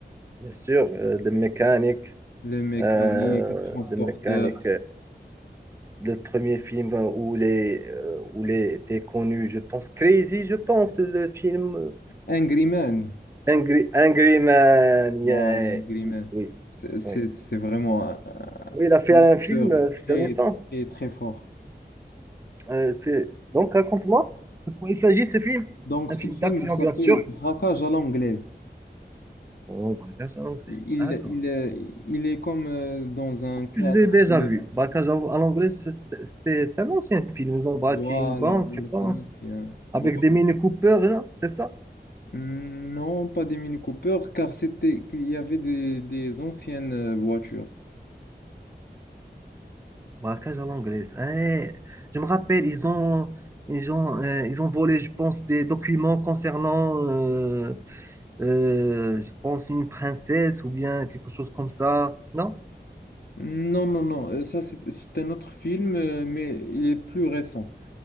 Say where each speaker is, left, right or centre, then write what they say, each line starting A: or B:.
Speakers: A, on the right; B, on the left.
A: bien sûr, euh, de mécanique
B: le mécanique,
A: euh,
B: le transporteur,
A: de mécanique. Le premier film où il euh, où il était connu, je pense, Crazy, je pense, le film
B: Angry Man.
A: Angry, Angry Man.
B: Voilà,
A: yeah.
B: Angry
A: Oui,
B: Man.
A: oui,
B: C'est c'est-
A: oui.
B: c'est vraiment un, un
A: Oui, Il a fait un
B: acteur
A: film euh, ces
B: très,
A: derniers temps.
B: très, très fort.
A: Euh, c'est... Donc, raconte-moi de quoi il s'agit ce film.
B: Donc,
A: Un
B: ce
A: film
B: film
A: d'action,
B: il s'appelle
A: bien sûr.
B: Braquage à l'anglaise.
A: Oh, braquage à l'anglaise.
B: Il,
A: Ah, D'accord.
B: il, euh, il est comme euh, dans un cadre
A: Je l'ai déjà
B: de...
A: vu. Braquage à à l'anglaise, c'est c'est- c'est un ancien film. Ils ont braqué
B: Voilà,
A: une banque,
B: voilà,
A: je
B: c'est
A: pense,
B: un mafia.
A: avec
B: Voilà.
A: des mini coupeurs, là, c'est ça?
B: Non, pas des Mini Cooper, car c'était qu'il y avait des, des anciennes euh, voitures.
A: Braquage à l'anglaise. Eh, je me rappelle, ils ont, ils ont, euh, ils ont volé, je pense, des documents concernant, euh, euh, je pense, une princesse ou bien quelque chose comme ça. Non?
B: Non, non, non, euh, ça c'est c'est un autre film, euh, mais il est plus récent.